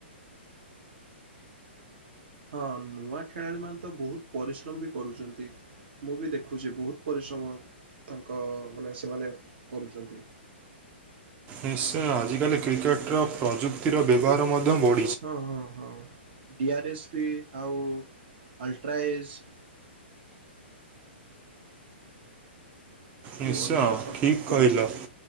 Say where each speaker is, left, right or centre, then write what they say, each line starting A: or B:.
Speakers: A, on the right; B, on the right.
A: ହଁ, ନୂଆ ଖେଳାଳି ମାନେ ତ ବହୁତ୍ ପରିଶ୍ରମ୍ ବି କରୁଚନ୍ତି। ମୁଁ ବି ଦେଖୁଚି ବହୁତ୍ ପରିଶ୍ରମ, ତାଙ୍କ ମାନେ ସେମାନେ କରୁଚନ୍ତି।
B: ନିଶ୍ଚୟ, ଆଜିକାଲି କ୍ରିକେଟ୍ ର ପ୍ରଯୁକ୍ତିର ବ୍ୟବହାର ମଧ୍ୟ ବ
A: ହଁ ହଁ ହଁ, ଡ଼ିଆର୍----ଆଉ <inaudible> ଖେଳକୁ
B: ନିଶ୍ଚୟ
A: ଅଧିକ ସଠିକ୍
B: ଠିକ୍ କହିଲ
A: କରିଛି।